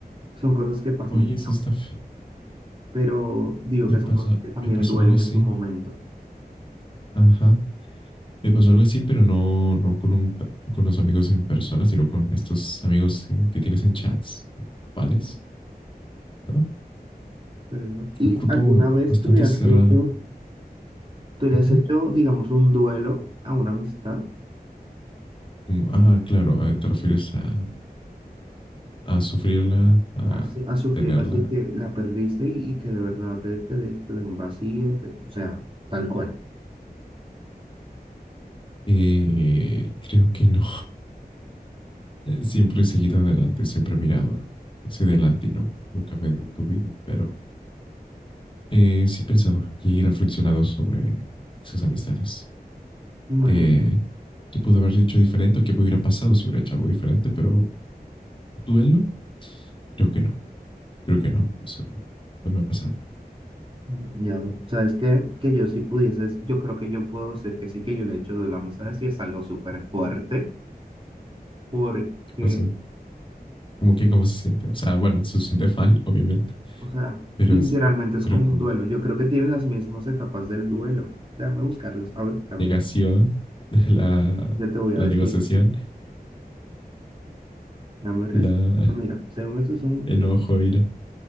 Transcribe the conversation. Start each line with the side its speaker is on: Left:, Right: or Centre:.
Right: son cosas que pasan,
Left: Oye,
Right: pero,
Left: eso está feo.
Right: pero digo
Left: Me
Right: que son
Left: pasó,
Right: cosas que también
Left: me pasó
Right: duelen
Left: algo así.
Right: en su momento.
Left: Ajá. Me pasó algo así, pero no, no con un, con los amigos en persona, sino con estos amigos que, que tienes en chats eh, grupales,
Right: Ujú,
Left: ¿no?
Right: pero es bueno. ¿Y
Left: Era un grupo
Right: alguna vez
Left: bastante
Right: tú le has
Left: cerrado.
Right: hecho, tú le
Left: Ujú.
Right: has hecho, digamos, un duelo a una amistad?
Left: Como, ah, claro, eh, te refieres a, a sufrirla, a
Right: a, su- a sufrirla
Left: tenerla.
Right: así que la perdiste y, y que de verdad te, te, des- te dé un vacío, te- o sea, tal cual.
Left: Eh, creo que no. <laughs> Siempre he seguido adelante, siempre he mirado hacia adelante y no, nunca me he detuvido, pero eh, sí he pensado y reflexionado sobre esas amistades.
Right: Imagínate,
Left: eh, qué pudo haber dicho diferente o qué hubiera pasado si hubiera hecho algo diferente, pero duelo, creo que no, creo que no, eso no, no me ha pasado.
Right: mm, ya, sabes que, que yo si pudieses, yo creo que yo puedo decir que sí que yo le he hecho de la amistad, sí es algo súper fuerte, porque,
Left: ¿Qué pasó? ¿Cómo que cómo se siente? O sea, bueno, se siente mal, <laughs> obviamente,
Right: o sea,
Left: pero,
Right: literalmente
Left: es-
Right: es
Left: pero
Right: como
Left: con
Right: un duelo. Yo creo que tienen las mismas etapas del duelo. Déjame buscarlas. A ver, déjame,
Left: negación, <laughs> la,
Right: yo te voy a
Left: la
Right: decir.
Left: negociación,
Right: Dame,
Left: la
Right: esto,
Left: <laughs>
Right: mira, según esto es un
Left: enojo, ira,